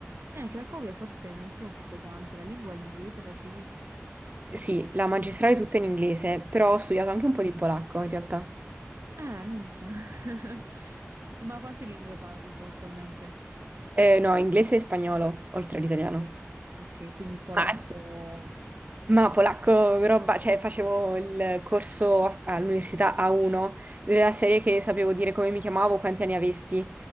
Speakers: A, on the right (about 60°); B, on the right (about 35°).
A: Eh, Cracovia forse non è stata un po' pesante, la lingua in inglese facevi?
B: Sì, la magistrale tutta in inglese, però ho studiato anche un po' di polacco in realtà.
A: Ah, minchia. <laughs> Ma quante lingue parli tu attualmente?
B: Eh, no, inglese e spagnolo, oltre all'italiano.
A: Ok, ok, quindi polacco.
B: Ah. Ma polacco, roba, cioè facevo il corso a- all'università A1, della serie che sapevo dire come mi chiamavo, quanti anni avessi.